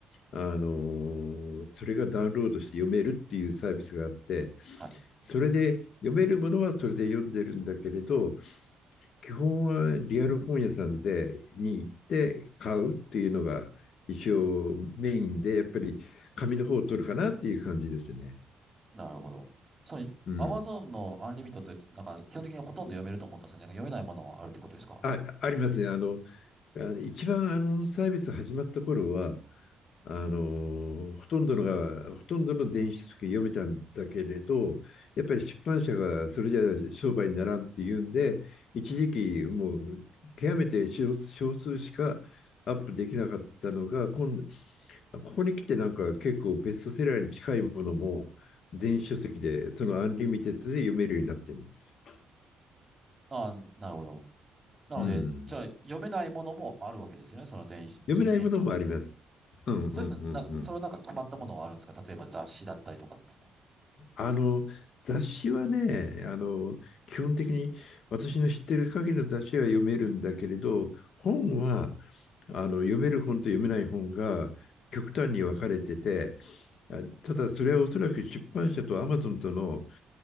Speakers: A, on the left (about 65°); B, on the right (about 25°).
A: あの、それがダウンロードして読めるっていうサービスがあって、
B: はい。
A: それで読めるものはそれで読んでるんだけれど、基本はリアル本屋さんでに行って買うっていうのが一応メインで、やっぱり紙の方を取るかなっていう感じですね。
B: なるほど。そう、
A: うん。
B: アマゾンのアンリミットって、なんか基本的にほとんど読めると思ったんですよね。なんか読めないものもあるってことですか
A: あ、ありますね。あの、あ一番あのサービス始まった頃は、あのほとんどのが、ほとんどの電子書籍読めたんだけれど、やっぱり出版社がそれじゃ商売にならんっていうんで、一時期もう極めて少少数しかアップできなかったのが、今度、ここに来てなんか結構ベストセラーに近いものも電子書籍で、そのアンリミテッドで読めるようになってるんですよ。
B: うんああ、なるほど。なので、
A: うん。
B: じゃあ読めないものもあるわけですよね。その電子、
A: 読めないものもあります。
B: いえっと、
A: うんうんうんうん。
B: それってな、それはなんか決まったものがあるんですか例えば雑誌だったりとかっていうのは。
A: あの、雑誌はね、あの、基本的に私の知ってる限りの雑誌は読めるんだけれど、本は、あの、読める本と読めない本が極端に分かれてて、
B: うん。
A: あただそれはおそらく出版社とアマゾンとの